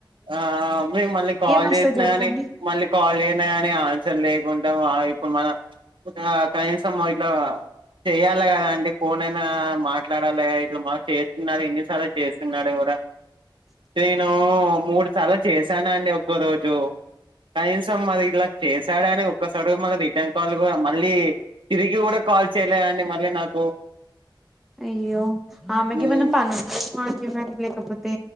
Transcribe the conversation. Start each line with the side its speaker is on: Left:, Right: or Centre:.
Right: ఆ మేము మళ్ళీ కాల్
Centre: వస్తది
Right: చేసినా
Centre: చెప్పండి
Right: గానీ మళ్ళీ కాల్ చేయిన గాని చల్ లేకుంట ఆ ఇప్పుడు మన ఒక కనీసం ఇట్లా చెయాలా కదా అండి ఫోన్ అయినా మాట్లాడాలి ఇట్లా మా చే న్నారు ఎన్నిసార్లు చేస్తున్నాడు కూడా నేను తర్వాత చేశాను అండి ఒక్కో రోజు కనీసం మరి ఇలా చేశాడని ఒక్కసారి మన రిటర్న్ కాల్ మళ్ళీ తిరిగి కూడా కాల్ చేయలేదు అండి మళ్ళీ నాకు
Centre: అయ్యో ఆమెకి
Right: మ్
Centre: ఏమన్నా పని ఉందేమో అండి మరి లేకపోతే